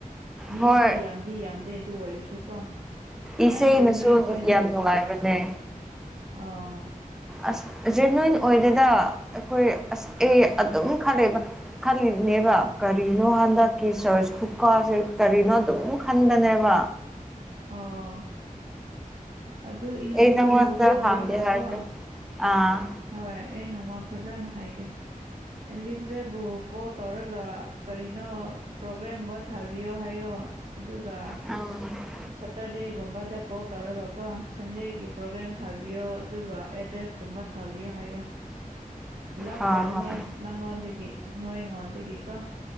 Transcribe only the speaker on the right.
ꯃꯤꯗꯤ
ꯌꯥꯝꯗꯤ ꯌꯥꯝꯗꯦ ꯑꯗꯨ ꯑꯣꯏꯔꯁꯨ ꯀꯣ ꯌꯥꯝ
ꯖꯦꯅꯋꯤꯟ ꯑꯣꯏꯅ
ꯎꯕ
ꯑꯥ
ꯑꯣ ꯑꯗꯨ ꯏꯂꯤꯖꯕꯦꯠꯕꯨ
ꯍꯥꯡꯗ꯭ꯔꯒ
ꯀꯣ
ꯍꯣꯏ ꯑꯩ ꯅꯣꯡꯃ ꯐꯖꯅ ꯍꯥꯏꯒꯦ ꯑꯦꯂꯤꯁꯕꯦꯕꯨ ꯀꯣꯜ ꯇꯧꯔꯒ ꯀꯔꯤꯅꯣ ꯄ꯭ꯔꯣꯒ꯭ꯔꯥꯝ ꯑꯃ ꯊꯥꯕꯤꯌꯣ ꯍꯥꯏꯌꯣ ꯑꯗꯨꯒ
ꯁꯇꯔꯗꯦꯒꯨꯝꯕꯗ ꯀꯣꯜ ꯇꯧꯔꯒ ꯀꯣ ꯁꯟꯗꯦꯒꯤ ꯄ꯭ꯔꯣꯒ꯭ꯔꯥꯝ ꯊꯥꯕꯤ ꯕꯤꯌꯣ ꯑꯗꯨꯒ ꯑꯦꯗ꯭ꯔꯦꯁ ꯀꯨꯝꯕ ꯊꯥꯕꯤꯌꯣ ꯍꯥꯏꯌꯣ ꯂꯥꯞꯇꯕꯅꯦ
ꯅꯪꯉꯣꯟꯗꯒꯤ ꯅꯣꯏ ꯉꯣꯟꯗꯗꯒꯤ ꯀꯣ